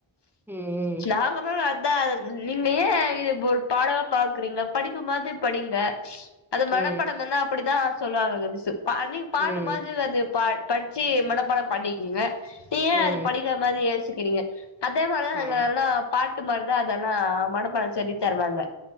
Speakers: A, in the centre; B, on the left.
A: ம்,
B: ஸ்லாஹமே வர அதா நீங்க ஏ இது ஒரு பாடவா பாக்குறீங்க படிப்பு மாரி படீங்க அது
A: ம், ம்,
B: மனப்பாடந்தான அப்பிடிதா சொல்லுவாங்க மிஸ்ஸு நீங்க பாட்டு
A: ம்,
B: மாதிரி வந்து பா பட்ச்சி மனப்பாட பண்ணிக்கங்க நீ ஏ
A: ம்,
B: அது படிக்கறமாதி யோசிக்கிறீங்க அதே மாரிதா
A: ஆ.
B: அங்க எல்லா பாட்டு மாரிதா அதெல்லா மனப்பாட சொல்லி தருவாங்க